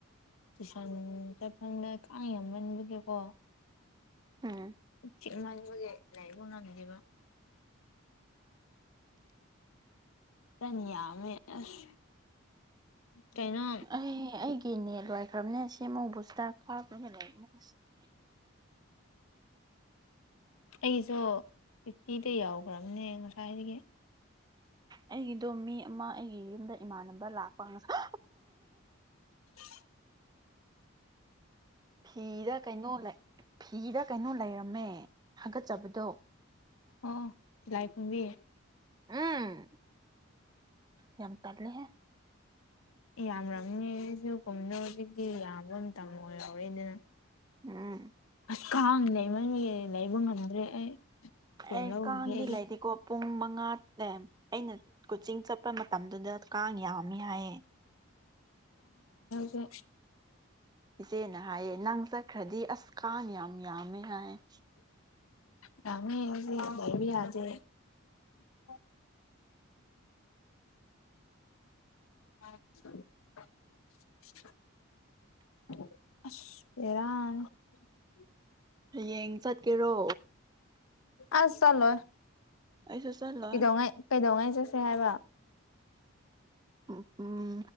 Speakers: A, on the left; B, on the right.
A: ꯇꯨꯏꯁ ꯆꯠꯐꯝꯪꯗ ꯀꯥꯡ ꯌꯥꯝꯃꯟꯕꯒꯦꯀꯣ
B: ꯑꯥ
A: ꯁ‌ꯦꯡꯃꯟꯕꯒꯤ ꯂꯩꯏꯕ ꯉꯝꯗꯤꯕ ꯐꯖꯅ ꯌꯥꯃꯦ ꯑꯁ ꯀꯩꯅꯣ
B: ꯑꯩ ꯑꯩꯒ ꯀꯤ ꯅꯦꯠ ꯂꯣꯏꯥꯏꯈ꯭ꯔꯕꯅꯦ ꯉꯁꯤꯃꯥ ꯕꯨꯁꯇꯔ ꯍꯞꯈ꯭ꯔꯅꯦ ꯂꯧꯕꯅꯦ
A: ꯑꯩꯒꯤꯁꯨ ꯐꯤꯐꯇꯤꯗ ꯌꯥꯎꯈ꯭ꯔꯕꯅꯦ ꯉꯁꯥꯏꯗꯒꯤ
B: ꯑꯩꯒꯤꯗꯣ ꯃꯤ ꯑꯃ ꯑꯩꯒꯤ ꯌꯨꯝꯗ ꯏꯃꯥꯟꯅꯕ ꯂꯥꯛꯄ ꯉꯁꯥꯏ
A: ꯍ <unintelligible>
B: ꯐꯤꯗ ꯀꯩꯅꯣ ꯐꯤꯗ ꯀꯩꯅꯣ ꯂꯩꯔꯝꯃꯦ ꯍꯥꯒꯠꯆꯕꯗꯣ
A: ꯑꯣ ꯇꯤꯂꯥꯏ ꯈꯨꯝꯕꯤ
B: ꯎꯝ ꯌꯥꯝ ꯇꯜꯂꯦ ꯍ‌ꯦ
A: ꯌꯥꯝꯔꯅꯤ ꯑꯩꯁꯨ ꯀꯨꯝꯗ ꯍꯧꯖꯤꯛꯇꯤ ꯌꯥꯝꯕ ꯃꯇꯝ ꯑꯣꯏꯍꯧꯔ‌ꯦ ꯑꯗꯨꯅ
B: ꯎꯝ
A: ꯑꯁ ꯀꯥꯡ ꯂꯩꯃꯟꯒꯤ ꯂꯩꯕ ꯉꯝꯗ꯭ꯔꯦ ꯑꯩ ꯁꯦꯟ
B: ꯑꯦ
A: ꯂꯧꯈꯤꯒꯦ
B: ꯀꯥꯡꯗꯤ
A: ꯑꯩꯒꯤ
B: ꯂꯩꯇ‌ꯦꯀꯣ ꯄꯨꯡ ꯃꯉꯥꯗ ꯑꯩꯅ ꯀꯣꯆꯤꯡ ꯆꯠꯄ ꯃꯇꯝꯗꯨꯗ ꯀꯥꯡ ꯄ ꯌꯥꯃꯤ ꯌꯥꯏꯌ‌ꯦ
A: ꯑ <unintelligible>
B: ꯏꯆꯦꯅ ꯍꯥꯏꯌꯦ ꯅꯪꯆꯠꯈ꯭ꯔꯗꯤ ꯑꯁ ꯀꯥꯡ ꯌꯥꯝ ꯌꯥꯝꯃꯦ ꯍꯥꯏ
A: ꯀꯃꯦꯁꯤ ꯂꯩꯕꯤꯖꯦ <unintelligible> ꯑ <inaudible> ꯑꯁ ꯕ‌ꯦꯔꯥꯅꯤ
B: ꯍꯌꯦꯡ ꯆꯠꯀꯦꯔꯣ
A: ꯑꯁ ꯆꯛꯂꯣꯏ
B: ꯑꯩꯁꯨ ꯆꯠꯂꯣꯏ
A: ꯀꯩꯗꯧꯉꯥꯏ ꯀꯩꯗꯉꯥꯏ ꯆꯠ ꯀꯩ ꯍꯥꯏꯕ
B: ꯎꯝ ꯎꯝ